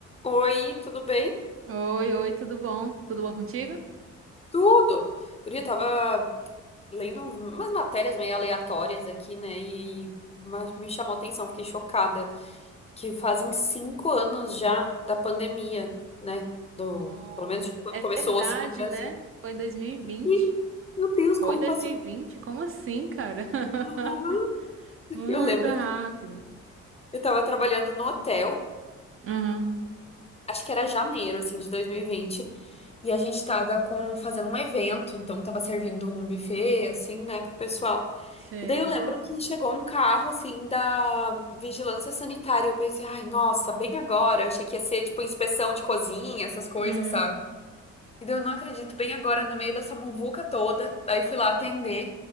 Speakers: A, on the left; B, on the right.
A: Oi, tudo bem?
B: Oi, oi, tudo bom? Tudo bom contigo?
A: Tudo. Guria, eu tava lendo uns- umas matérias meio aleatórias aqui, né? E ma- me chamou a atenção, fiquei chocada, que fazem cinco anos já da pandemia, né? Do,
B: Nossa,
A: pelo menos de quando
B: é
A: começou
B: verdade,
A: assim no Brasil.
B: né? Foi em 2020.
A: E, meu Deus,
B: Foi
A: como
B: 2020?
A: passou.
B: Como assim, cara? <laughs>
A: Uhum.
B: Muito
A: Eu lembro
B: rápido.
A: que eu tava trabalhando no hotel.
B: Uhum,
A: acho que era janeiro, assim, de 2020. E vinte. E a gente tava com, fazendo um evento, então tava servindo um buffet, assim, né, pro pessoal.
B: sei.
A: E daí eu lembro que chegou um carro, assim, da vigilância sanitária. E eu pensei, ai, nossa, bem agora. Eu achei que ia ser, tipo, inspeção de cozinha, essas coisas,
B: Uhum,
A: sabe? E daí eu não acredito, bem agora, no meio dessa muvuca toda. Daí fui lá atender.